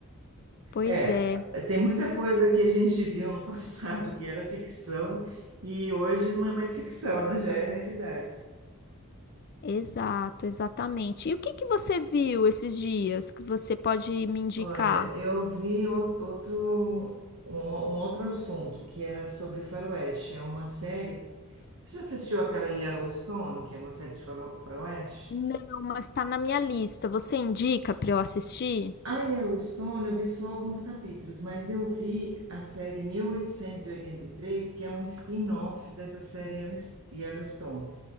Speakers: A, on the left; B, on the right.
A: Pois
B: É,
A: é,
B: tem muita coisa que a gente viu no <laughs> passado que era ficção e hoje não é mais ficção, né? Já é realidade.
A: exato, exatamente. E o que que você viu esses dias que você pode me indicar?
B: Olha, eu vi ou- outro, um, um outro assunto que era sobre faroeste. É uma série. Você já assistiu aquela Yellowstone, que é uma série de faro- faroeste?
A: Não, mas está na minha lista. Você indica para eu assistir?
B: A Yellowstone, eu vi só alguns capítulos, mas eu vi a série mil oitocentos e e oitenta e três, que é um spin-off dessa série Yellow- Yellowstone.